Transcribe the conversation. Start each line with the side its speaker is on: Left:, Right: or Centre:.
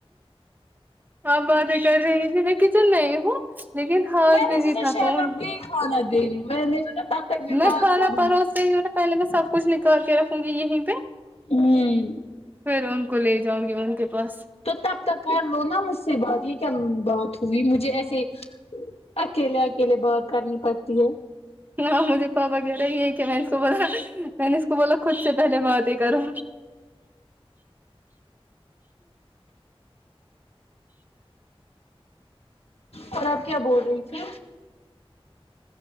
Right: آپ باتیں کر رہی تھی میں کچن میں ہی ہوں لیکن ہاتھ
Left: میں نے
Right: بزی
Left: سوچا
Right: تھا
Left: شاید
Right: فون
Left: آپ گئی کھانا دنے میں تب تک
Right: میں
Left: بات
Right: کھانا
Left: کروں
Right: پروس رہی ہوں پہلے میں سب کچھ نکال کے رکھوں گی یہیں پہ
Left: ہوں
Right: فر ان کو لے جاؤں گی ان کے پاس
Left: تو تب تک کر لو نا مجھ سے بات یہ کیا بات ہوئی مجھے ایسے اکیلے اکیلے بات کرنی پڑتی ہے
Right: ہاں مجھے پاپا کہہ رہے یہ ہے کہ میں اس کو بولا میں نے اس کو بولا خود سے پہلے بات ہی کرو
Left: اور آپ کیا بول رہی تھی